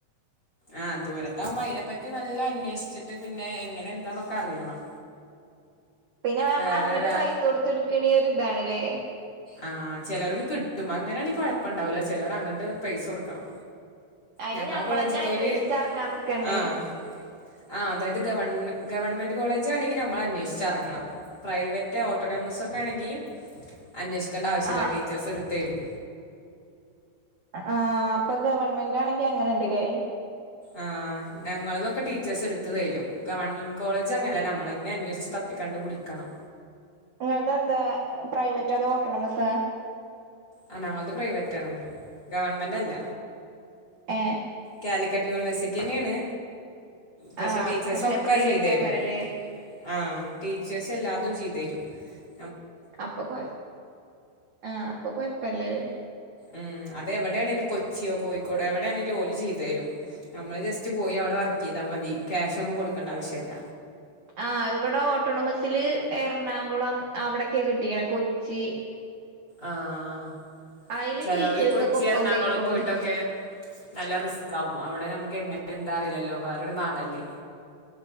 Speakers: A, on the left (about 25°); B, on the right (about 70°).
A: ആഹ ദൂരത്തകുമ്പോ അതിനെപ്പറ്റി നല്ല അന്വേഷിച്ചിട്ട് പിന്നെ എങ്ങനെ എന്താന്നൊക്കെ അറിയണം
B: പിന്നെ നമ്മള
A: വേറെ
B: അങ്ങോട്ട്
A: ഒരാ
B: പൈസ കൊടുത്ത് എടുക്കണ ഒ ഒരു ഇതാണല്ലേ
A: ആഹ് ചിലവർക്ക് കിട്ടും്പോ അങ്ങനൊണ കൊഴപ്പ ഇണ്ടാവലോ ചിലർ അങ്ങോട്ട് പൈസ കൊടുക്കണം
B: അയിന്
A: ഞങ്ങളെ
B: ഞമ്മളന്നെ
A: കോളേജത്തര്
B: അന്വേഷിച്ചറങ്ങാൻ നിക്കണ്ടേ
A: ആഹ ആ അതായത് ഗവൺമ ഗവൺമെന്റ് കോളേജ് ആണെങ്കിൽ നമ്മൾ അന്വേഷിച്ച് ഇറങ്ങണം പ്രൈവറ്റ് ഓട്ടോനോമസ് ഒക്കെ ആണെങ്കിൽ അന്വേഷിക്കണ്ട ആവശ്യില്ല
B: ആഹ്
A: ടീച്ചേഴസ് എടുത്ത വരും
B: ആ അപ്പൊ ഗവൺമെന്റ്ാണെങ്കി അങ്ങനെ ഉണ്ടല്ലേ
A: ആ് ഞങ്ങളതൊക്കെ ടീച്ചേഴ്സ് എടുത്തു തരും ഗവൺമെന്റ് കോളേജ് അങ്ങനെയല്ല നമ്മളെന്നെ അന്വേഷിച്ച് തപ്പിക്കണ്ട് കുടിക്കണം
B: നിങ്ങന്ത എന്താ പ്രൈവറ്റ് അതോ ഓട്ടോണമസ്
A: ആ ഞങ്ങളത് പ്രൈവറ്റ ആണ് ഗവണ്മെന്റ് അല്ല
B: ഏ
A: കാലിക്കട്ട് യൂണിവേഴ്സിറ്റി തന്നെയാണ് പക്ഷെ
B: ആഹ്
A: ടീച്ചേഴസ്
B: പക്ഷെ
A: ഒക്കെ
B: പ്രൈവറ്റ്
A: ചെയ്ത തരും
B: ആക്കാരല്ലേ
A: ആ ടീച്ചേഴ്സ് എല്ലാന്നും ചെയ്തരും പറ്റും
B: അപ്പൊ കൊഴ ആഹ അപ്പൊ കൊഴപ്പല്ലല്ലേ
A: ഉം അതെവിടെയാണെങ്കിലും കൊച്ചിയോ കോഴിക്കോടോ എവിടെയാണെങ്കിലും ഓല ചെയ്തു തരും നമ്മള് ജസ്റ്റ് പോയി അവിടെ വർക്ക് ചെയ്താൽ മതി ക്യാഷ് ഒന്നും കൊടുക്കേണ്ട ആവശ്യല്ല
B: ആഹ ഇവിടെ ഓട്ടോണമസിില് എറണാകുളം അവിടൊക്കെ കിട്ടിക്കണ കൊച്ചി
A: ആഹ
B: അയില്
A: ചില
B: ടീച്ചേഴ്സ്
A: ഒരു കൊച്ചി
B: ഒക്കെ ഒപ്പം
A: എറണാകുളം
B: പോയിക്കുണു
A: പോയിട്ടൊക്കെ നല്ല റിസ്ക് ആാവും അവിടെ നമുക്ക് എങ്ങനെ എന്താ അറിയില്ലല്ലോ വേറൊരു നാടല്ലേ